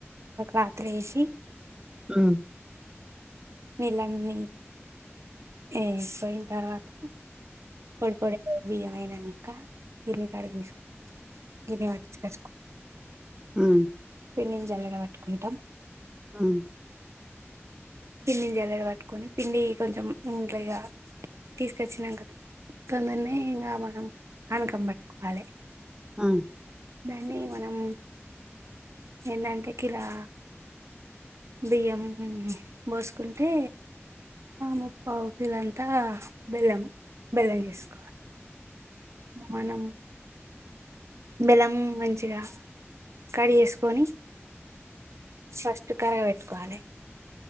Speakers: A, on the right (about 80°); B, on the right (about 20°).
A: వాటర్ వేసి
B: ఉమ్
A: నీలంని పోయిన తర్వాత పొడి పొడి బియ్యమయి ఇంకా తిన్ని కడ తీసుకో గిర్నీ పట్టిచుకచుకో
B: ఆ
A: పిండినీ జల్లెడ పట్టుకుంటం
B: ఉమ్
A: పిండిని జల్లెడ పట్టుకొని పిండి కొంచెం ఇంట్ల ఇగ తీసుకొచ్చినంక తొందనే ఇంకా మనం అనకం పట్టుకోవాలి
B: అ
A: దాన్ని మనం ఎందంటే కిరా బియ్యం బోసుకుంటే ముప్పావ్ కిలో అంత బెల్లం బెల్లం చేసుకోవా మనం బెలం మంచిగ కడిగేసుకొని ఫస్ట్ కరగ బెట్టుకోవాలె